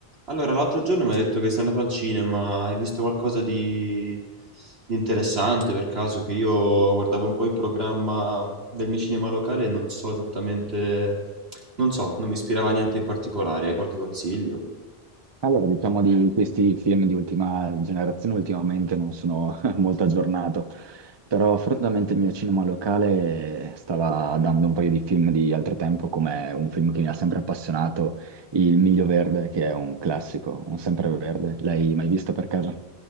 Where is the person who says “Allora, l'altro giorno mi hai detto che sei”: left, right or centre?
Right